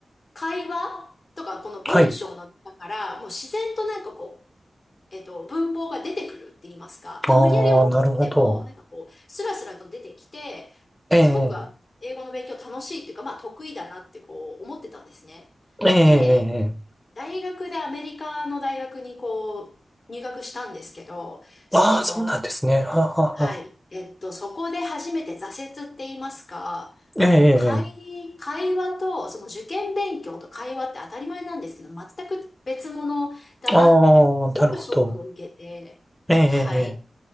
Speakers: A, on the left; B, in the centre.
A: 会話とか、この文章の中から、
B: はい。
A: もう自然となんかこう、えっと、文法が出てくるって言いますか、まあ、
B: ああ、
A: 無理やり覚えても、
B: なるほど。
A: なんかこう、スラスラと出てきて、
B: ええ、
A: すごくあの英語の勉強楽しいっていうか、まあ得意だなってこう思ってたんですね。
B: ええ、ええ、
A: で、
B: ええ
A: 大学でアメリカの大学にこう入学したんですけど、その、
B: ああー、そうなんですね。はあはあはあ
A: はい、えっと、そこで初めて挫折って言いますか、あの、
B: ええ、え
A: 会、
B: え、え
A: 会話と、その受験勉強と会話って当たり前なんですけど、全く別物だなって、
B: えああ、
A: すごくショックを受けて、
B: なるほど。ええ、ええ、
A: はい。
B: ええ